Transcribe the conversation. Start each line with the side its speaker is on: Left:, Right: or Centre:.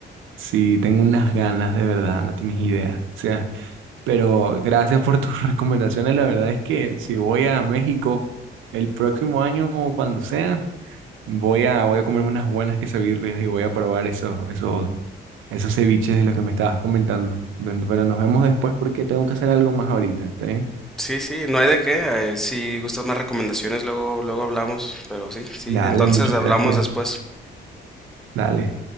Right: Sí, tengo unas ganas de verdad, no tienes idea. O sea, pero gracias por tus <laughs> recomendaciones. La verdad es que si voy a México el próximo año o cuando sea, voy a, voy a comerme unas buenas quesadillas y voy a probar esos, esos esos ceviches de los que me estabas comentando. Bueno, Pero nos vemos después porque tengo que hacer algo más ahorita, ¿está bien?
Centre: Sí, sí, no hay de qué. eh, si gustas más recomendaciones, luego, luego hablamos. Pero sí, sí,
Right: Dale,
Centre: entonces
Right: muchas
Centre: hablamos
Right: gracias.
Centre: después.
Right: Dale.